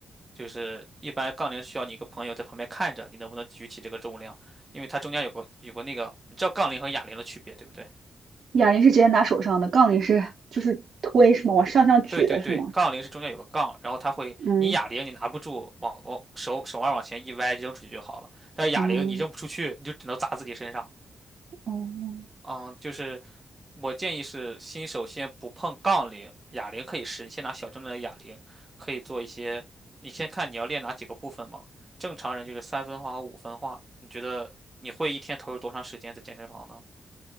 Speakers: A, on the right; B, on the right.
A: 就是一般杠铃需要你一个朋友在旁边看着，你能不能举起这个重量，因为它中间有个有个那个，你知道杠铃和哑铃的区别，对不对？
B: 哑铃是直接拿手上的，杠铃是就是推是吗？往上向举的是吗？
A: 对对对，杠铃是中间有个杠，然后它会，
B: 嗯
A: 你哑铃你拿不住，往往手手腕往前一歪扔出去就好了。但是哑铃你扔不出去，
B: 嗯
A: 你就只能砸自己身上。
B: 嗯，
A: 嗯，就是我建议是新手先不碰杠铃，哑铃可以试，你先拿小重量的哑铃，可以做一些，你先看你要练哪几个部分嘛。正常人就是三分化和五分化，你觉得你会一天投入多长时间在健身房呢？